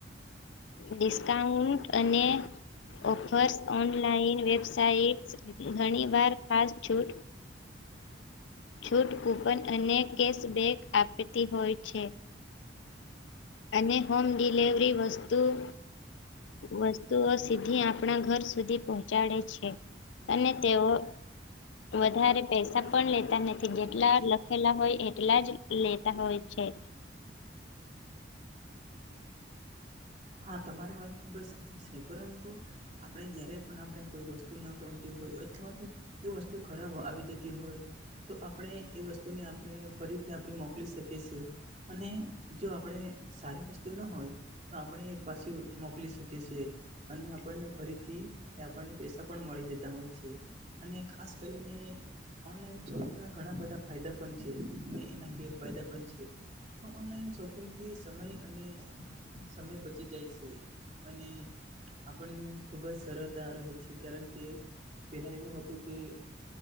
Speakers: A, on the left; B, on the right.
A: ડિસ્કાઉન્ટ અને- ઓફર્સ ઓનલાઈન વેબસાઇટ્સ ઘણી વાર ખાસ છૂટ- છૂટ કૂપન અને કેશબેક આપતી હોય- અને હોમ ડિલવરી વસ્તુ- વસ્તુઓ સીધી આપણા ઘર સુધી પહોંચાડે છે. અનેન તેઓ- વધારે પૈસા પણ લેતા નથી જેટલા લખેલા હોય એટલા જ લેતા હોય- છે.
B: હા તમારી વાત ખુબ જ સાચી છે પરંતુ- આપણે જય્યારે પણ આપણે કોઈ વસ્તુ ન ગમતી હોય અથવા તો- વસ્તુ ખરાબ આવી જતી હોય- તો આપણે એ વસ્તુને આપણે ફરીથી આપણે મોકલી શકીએ છીએ- અને જો આપણે સારી વસ્તુ ન હોય- તો આપણે પાછી મોકલી શકીએ છીએ- અને આપણને ફરીથી આપણને પૈસા પણ મળી જતા હોય છે. અને ખાસ કરીને- ઓનલાન શોપિંગ ના ઘણા બધા ફાયદા પણ છે અને એના ગેરફાયદા પણ છે. તો ઓનલાઈન શોપિંગથી સમય અને- સમય બચી જાય છે અને- આપણ્ય ખુબ જ સરળતા રહે છે કારણ કે પેલા એવું હતું કે-